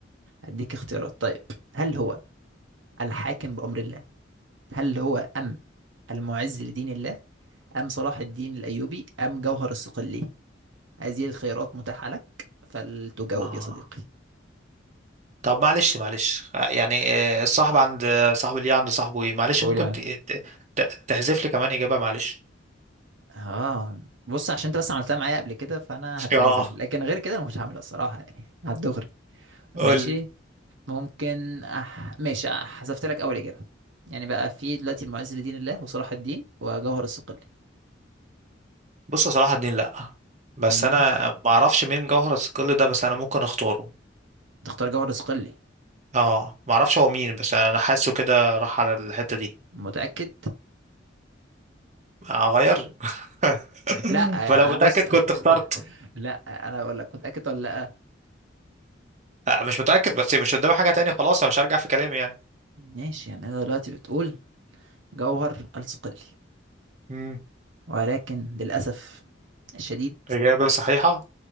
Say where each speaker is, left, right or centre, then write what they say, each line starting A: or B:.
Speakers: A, on the right (about 80°); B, on the right (about 40°).
A: هديك اختيارات طيب هل هو الحاكم بأمر الله هل هو أم المعز لدين الله أم صلاح الدين الأيوبي أم جوهر الصقلي هذه الخيارات متاحة لك فلتجاوب
B: اه
A: يا صديقي
B: طب معلش معلش آه، يعني آه، الصاحب عند آه، صاحب اللي عند صاحبه ايه معلش
A: قول
B: ممكن
A: يعني
B: ت- ت- ت- تحذف لي كمان اجابه معلش
A: اه بص عشان انت بس عملتها معايا قبل كده فانا
B: <laughs>
A: هتنازل
B: اه
A: لكن غير كده انا مش هعملها الصراحة يعني هتدغري
B: قول
A: ماشي
B: لي
A: ممكن أح... ماشي أح- حذفت لك اول اجابة يعني بقى في دلوقتي المعز لدين الله وصلاح الدين وجوهر الصقلي
B: بص صلاح الدين لا بس
A: امم
B: انا ما اعرفش مين جوهر الثقل ده بس انا ممكن اختاره
A: تختار جوهر الصقلي
B: اه ما اعرفش هو مين بس انا حاسه كده راح على الحته دي
A: متأكد
B: اغير <laughs>
A: لا
B: فلو
A: آه، انا
B: متاكد
A: بص
B: كنت اخترت
A: <laughs> لا انا بقول لك متأكد ولا لا
B: آه، مش متاكد بس مش قدامي حاجه تانية خلاص انا مش هرجع في كلامي يعني
A: ماشي يعني انا دلوقتي بتقول جوهر الصقلي
B: مم.
A: ولكن للأسف الشديد
B: اجابه صحيحه